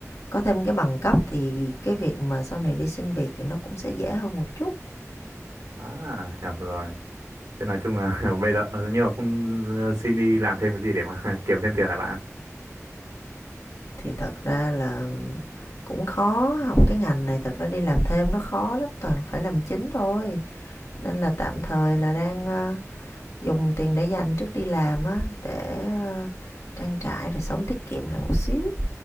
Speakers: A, on the left; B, on the right.
A: có thêm cái bằng cấp thì cái việc mà sau này đi xin việc thì nó cũng sẽ dễ hơn một chút.
B: À, hiểu rồi. Thế nói chung là <laughs> bây giờ ờ, nhưng mà cũng ờ, xin đi làm thêm cái gì để mà <laughs> kiếm thêm tiền là bạn.
A: Thì thật ra là cũng khó, học cái ngành này thật ra đi làm thêm nó khó lắm, toàn phải làm chính thôi. Nên là tạm thời là đang, ờ, dùng tiền để dành trước đi làm á, để, ờ, trang trải rồi sống tiết kiệm lại một xíu.